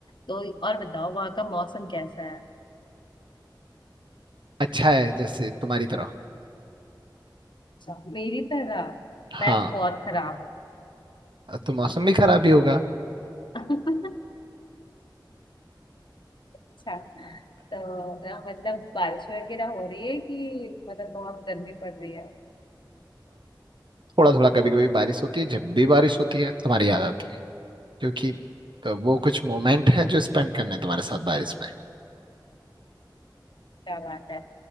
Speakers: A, on the left; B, on the right.
A: तो और बताओ वहाँ का मौसम कैसा है
B: अच्छा है जैसे तुम्हारी तरह
A: अच्छा मेरी तरह
B: हाँ
A: मैं तो बहुत खराब हूँ
B: तो मौसम भी खराब ही होगा
A: <laughs> अच्छा तो मतलब बारिश वगैरह हो रही है कि मतलब बहुत गर्मी पड़ रही है
B: थोड़ा थोड़ा कभी कभी बारिश होती है जब भी बारिश होती है तुम्हारी याद आती है क्योंकि तो वो कुछ मोमेंट हैं जो स्पेंड करने हैं तुम्हारे साथ बारिश में
A: क्या बात है